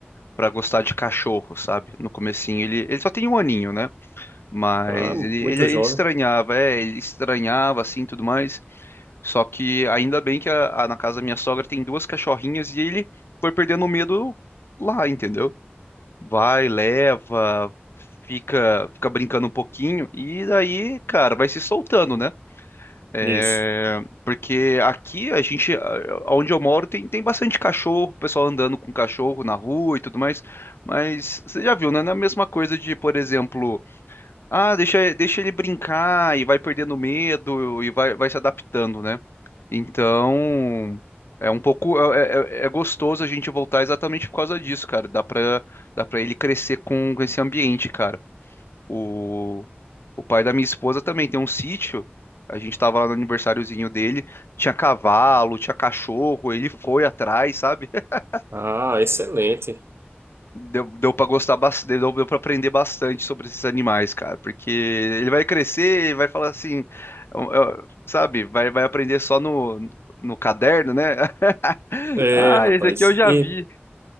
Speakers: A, on the left; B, on the right.
A: pra gostar de cachorro, sabe? No comecinho ele, ele só tem um aninho, né? Mas
B: Ah,
A: ele,
B: muito
A: ele, ele
B: jovem.
A: estranhava, é, ele estranhava assim, e tudo mais. Só que ainda bem que a- a- na casa da minha sogra tem duas cachorrinhas e ele foi perdendo o medo lá, entendeu? Vai, leva, fica, fica brincando um pouquinho e daí, cara, vai se soltando, né? É,
B: Isso.
A: porque aqui a gente, a- onde eu moro, tem, tem bastante cachorro, o pessoal andando com cachorro na rua e tudo mais. Mas você já viu, né? Não é a mesma coisa de, por exemplo, ah, deixa, deixa ele brincar e vai perdendo medo e vai, vai se adaptando, né? Então, é um pouco, é, é- é é gostoso a gente voltar exatamente por causa disso, cara. Dá pra, dá pra ele crescer com, com esse ambiente, cara. O, o pai da minha esposa também tem um sítio. A gente tava lá no aniversáriozinho dele, tinha cavalo, tinha cachorro, ele foi atrás, sabe? <laughs>
B: Ah, excelente.
A: Deu, deu para gostar bastante, deu, deu para aprender bastante sobre esses animais, cara, porque ele vai crescer, ele vai falar assim, eu- eu- sabe? Vai, vai aprender só no, no caderno, né? <laughs>
B: É,
A: Ah,
B: rapaz.
A: esse aqui eu já
B: E.
A: vi.